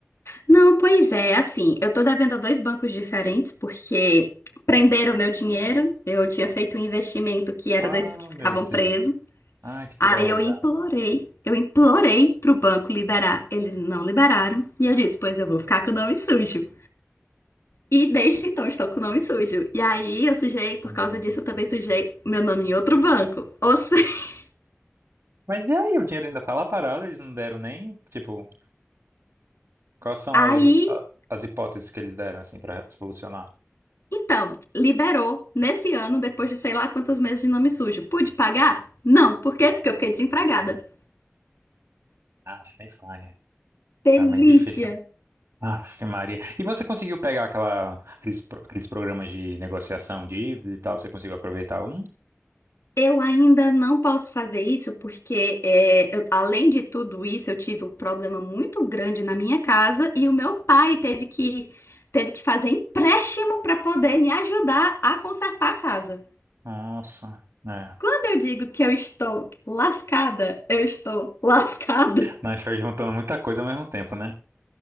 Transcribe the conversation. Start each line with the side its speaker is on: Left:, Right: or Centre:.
Left: Não, pois é, assim, eu tô devendo a dois bancos diferentes porque prenderam meu dinheiro. Eu tinha feito um investimento que era
Right: Ah,
Left: desses que ficavam
Right: meu Deus.
Left: presos.
Right: Ai, que droga,
Left: Aí eu implorei, eu implorei pro banco liberar. Eles não liberaram. E eu disse, pois eu vou ficar com o nome sujo. E desde então estou com o nome sujo. E aí eu sujei, por
Right: amiga.
Left: causa disso eu também sujei meu nome em outro banco. Ou seja,
Right: Mas e aí, o dinheiro ainda tá lá parado, eles não deram nem, tipo, quais são
Left: <laughs>
Right: as,
Left: aí,
Right: a- as hipóteses que eles deram, assim, pra solucionar?
Left: então, liberou nesse ano, depois de sei lá quantos meses de nome sujo. Pude pagar? Não. Por quê? Porque eu fiquei desempregada.
Right: Ah, nem falha.
Left: Delícia!
Right: Tá meio difícil. Ah, sim, Maria. E você conseguiu pegar aquela, aqueles, pro- aqueles programas de negociação de dívida e tal? Você conseguiu aproveitar um?
Left: Eu ainda não posso fazer isso porque, é, eu- além de tudo isso, eu tive um problema muito grande na minha casa e o meu pai teve que, teve que fazer empréstimo para poder me ajudar a consertar a casa.
Right: Nossa, é.
Left: Quando eu digo que eu estou lascada, eu estou lascada. <laughs>
Right: Mas foi juntando muita coisa ao mesmo tempo, né?